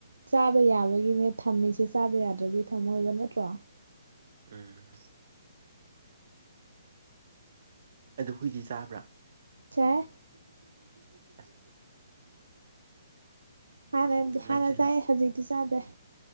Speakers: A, on the right; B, on the right.
A: ꯆꯥꯕ ꯌꯥꯕꯒꯤꯅꯦ ꯊꯝꯃꯤꯁꯦ ꯆꯥꯕ ꯌꯥꯗ꯭ꯔꯗꯤ ꯊꯝꯃꯣꯏꯕ ꯅꯠꯇ꯭ꯔꯣ
B: ꯎꯝ ꯑꯗꯨ ꯍꯨꯏꯗꯤ ꯆꯥꯕ꯭ꯔꯥ
A: ꯆꯥꯏ
B: ꯑꯁ
A: ꯍꯥꯟꯅꯗꯤ ꯍꯥꯟꯅ
B: ꯅꯪꯁꯦ
A: ꯆꯥꯏ ꯍꯧꯖꯤꯛꯇꯤ ꯆꯥꯗꯦ